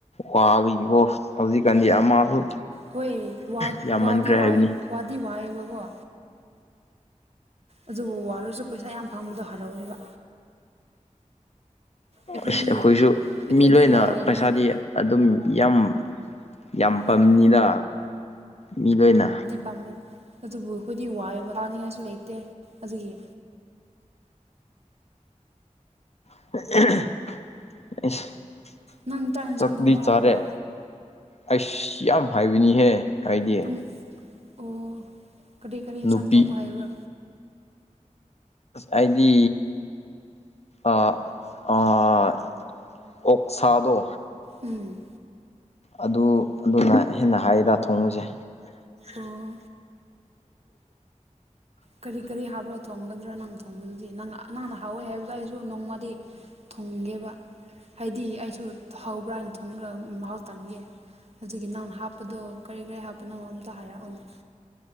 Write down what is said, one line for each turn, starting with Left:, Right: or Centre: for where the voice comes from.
Left: ꯋꯥꯕꯒꯤꯀꯣ ꯍꯧꯖꯤꯛꯀꯥꯟꯗꯤ ꯑꯃꯁꯨ
Right: ꯍꯣꯏ ꯋꯥ
Left: ꯌꯥꯝꯃꯟꯈ꯭ꯔꯦ
Right: ꯋꯥꯗꯤ
Left: ꯍꯥꯏꯕꯅꯤ
Right: ꯋꯥꯏ ꯋꯥꯗꯤ ꯋꯥꯏꯌꯦꯕꯀꯣ ꯑꯗꯨꯕꯨ ꯋꯥꯔꯁꯨ ꯄꯩꯁꯥ ꯌꯥꯝ ꯐꯪꯕꯗꯣ ꯍꯔꯥꯎꯋꯦꯕ ꯑꯩꯈꯣꯏꯗꯤ
Left: ꯑꯁ ꯑꯩꯈꯣꯏꯁꯨ
Right: ꯑꯩꯈꯣꯏꯗꯤ
Left: ꯃꯤ ꯂꯣꯏꯅ
Right: ꯂꯥꯏꯔꯕꯅꯤꯅ
Left: ꯄꯩꯁꯥꯗꯤ ꯑꯗꯨꯝ ꯌꯥꯝ ꯌꯥꯝ
Right: ꯍꯣꯏ
Left: ꯄꯝꯅꯤꯗ
Right: ꯍꯣꯏ
Left: ꯃꯤ ꯂꯣꯏꯅ
Right: ꯇꯝꯃꯦ ꯑꯗꯨꯕꯨ ꯑꯩꯈꯣꯏꯗꯤ ꯋꯥꯏꯌꯦꯕ ꯇꯥꯅꯤꯡꯉꯥꯏꯁꯨ ꯂꯩꯇꯦ ꯑꯗꯨꯒꯤ
Left: <unintelligible>
Right: ꯅꯪ ꯆꯥꯛ ꯌꯦꯟꯁꯥꯡ
Left: ꯆꯥꯛꯗꯤ
Right: ꯊꯣꯡꯕ
Left: ꯆꯥꯔꯦ
Right: ꯍꯥꯏꯕ꯭ꯔꯥ
Left: ꯑꯩꯁ ꯌꯥꯝ ꯍꯥꯏꯕꯅꯤꯍꯦ ꯑꯩꯗꯤ
Right: ꯄꯨꯡ ꯑꯣ ꯀꯔꯤ ꯀꯔꯤ ꯏꯟꯁꯥꯡ
Left: ꯅꯨꯄꯤ
Right: ꯊꯣꯡꯕ ꯍꯥꯏꯕ꯭ꯔꯣ
Left: ꯑꯩꯗꯤ ꯑꯥ ꯑꯥ ꯑꯣꯛꯁꯥꯗꯣ
Right: ꯎꯝ
Left: ꯑꯗꯨ ꯑꯗꯨꯅ ꯍꯦꯟꯅ ꯍꯥꯏꯌꯦꯗ ꯊꯣꯡꯕꯁꯦ
Right: ꯑꯣ ꯀꯔꯤ ꯀꯔꯤ ꯍꯥꯞꯔ ꯊꯣꯡꯒꯗ꯭ꯔꯥ ꯅꯪꯅ ꯊꯣꯡꯕꯗꯨꯗꯤ ꯅꯪ ꯅꯪꯅ ꯍꯥꯎꯋꯦ ꯍꯥꯏꯕꯗꯨ ꯑꯩꯁꯨ ꯅꯣꯡꯃꯗꯤ ꯊꯣꯡꯒꯦꯕ ꯍꯥꯏꯗꯤ ꯑꯩꯁꯨ ꯍꯧꯕ꯭ꯔꯥ ꯍꯥꯏꯅ ꯊꯣꯡꯔ ꯃꯍꯥꯎ ꯇꯡꯒꯦ ꯑꯗꯨꯒꯤ ꯅꯡꯅꯥ ꯍꯥꯞꯄꯗꯣ ꯀꯔꯤ ꯀꯔꯤ ꯍꯥꯞꯄꯅꯣ ꯑꯝꯇ ꯍꯥꯏꯔꯛꯑꯣꯅꯦ